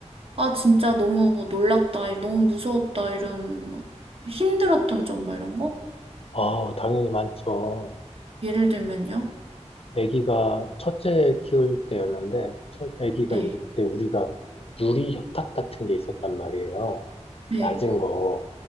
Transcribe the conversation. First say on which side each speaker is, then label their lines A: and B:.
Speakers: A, on the right (about 50°); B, on the left (about 55°).
A: 아, 진짜 너무 뭐 놀랐다, 너무 무서웠다, 이런, 힘들었던 점, 뭐 이런 거?
B: 아, 당연히 많죠.
A: 예를 들면요?
B: 아기가 첫째 키울 때였는데, 첫 아기가
A: 네
B: 이제 그때 우리가 유리 협탁 같은 게 있었단 말이에요.
A: 네,
B: 낮은 거.